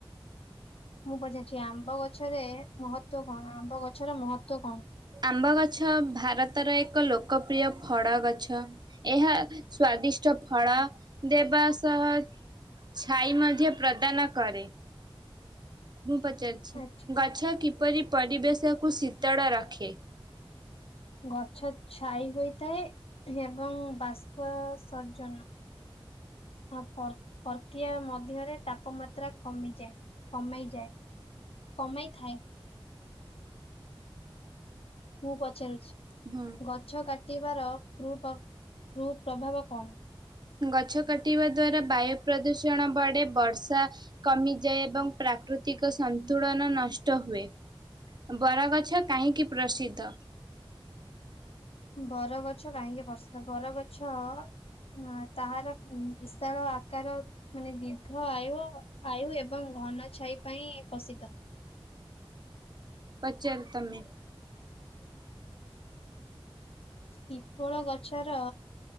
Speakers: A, on the left; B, on the right.
A: ମୁଁ ପଚାରୁିଛି ଆମ୍ବ ଗଛରେ ମହତ୍ୱ କଣ ଆମ୍ବ ଗଛର ମହତ୍ୱ କଣ?
B: ଆମ୍ବ ଗଛ ଭାରତର ଏକ ଲୋକପ୍ରିୟ ଫଡ ଗଛ। ଏହା ସ୍ଵାଦିଷ୍ଟ ଫଳ ଦେବା ସହ ଛାଇ ମଧ୍ୟ ପ୍ରଦାନ କରେ। ମୁଁ ପଚାରିଛି
A: ଆଚ୍ଛା
B: ଗଛ କିପରି ପରିବେଶକୁୁ ଶୀତଡ ରଖେ?
A: ଗଛ ଛାଇ ହୋଇଥାଏ ଏବଂ ବାଷ୍ପ ସଜ୍ଜନ। ହଁ ପର୍କିଆ ମଧ୍ୟରେ ତାପମାତ୍ରା କମିଯାଏ। କମେଇଯାଏ କମେଇଥାଏ। ମୁଁ ପଚାରୁଛି
B: ହୁଁ
A: ଗଛ କାଟିବାର କୃ ପ କୄ ପ୍ରଭାବ କଣ?
B: ଗଛ କାଟିବା ଦ୍ଵାରା ବାୟୁ ପ୍ରଦୂଷଣ ବଢେ, ବର୍ଷା କମିଯାଏ ଏବଂ ପ୍ରାକୃତିକ ସନ୍ତୁଳନ ନଷ୍ଟ ହୁଏ। ବରଗଛ କାହିଁକି ପ୍ରସିଦ୍ଧ?
A: ବରଗଛ କାହିଁକି ପ୍ରସିଦ୍ଧ, ବରଗଛ ହଁ ତାହାର ବିଶାଳ ଆକାର ମାନେ ଦୀର୍ଘ ଆୟୁ-ଆୟୁ ଏବଂ ଘନ ଛାଇ ପାଇଁ ପ୍ରସିଦ୍ଧ।
B: ପଚାର୍ ତମେ।
A: ପିପଳ ଗଛର